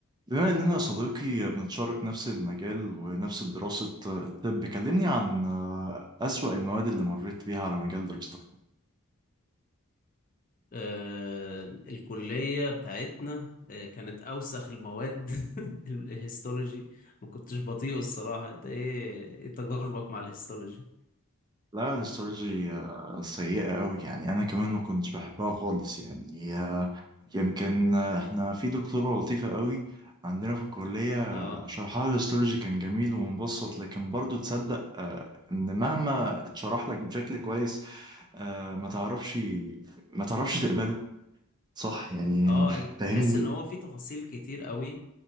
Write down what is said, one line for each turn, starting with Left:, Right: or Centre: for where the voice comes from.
Right: بما إننا يا صديقي بنتشارك نفس المجال ونفس دراسة الطب كلمني عن آه، أسوأ المواد اللي مريت بيها على مجال دراستك
Left: آه، الكلية بتاعتنا آه، كانت أوسخ المواد <laughs> ال- الهيستولوجي ما كنتش بطيئه الصراحة أنت إيه إيه تجاربك مع الهيستولوجي؟
Right: لا الهيستولوجي آه، سيئة أوي يعني أنا كمان ما كنتش بحبها خالص يعني آه، يمكن آه، إحنا في دكتورة لطيفة أوي عندنا في الكلية آه،
Left: أه
Right: شرحها الهيستولوجي كان جميل ومبسط لكن برضو تصدق آه، إن مهما اتشرح لك بشكل كويس آه، ما تعرفش ما تعرفش تقبله صح يعني
Left: أه ال-
Right: فاهمني
Left: تحس إن هو في تفاصيل كتير قوي